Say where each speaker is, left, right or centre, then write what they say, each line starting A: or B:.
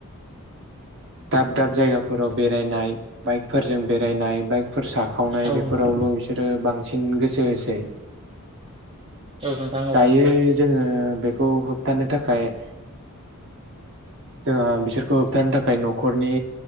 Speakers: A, on the right; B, on the right.
A: दाब दाब जायगाफोराव बेरायनाय बाइकफोरजों बेरायनाय बाइक फोर साखावनाय
B: औ
A: बेफोरावल'
B: नोंथां
A: बिसोरो बांसिन गोसो होसै।
B: औ नोंथां औ
A: दायो
B: नंगौ
A: जोङो बेखौ होबथानो थाखाय ए जोंहा बिसोरखौ होबथानो थाखाय न'खरनि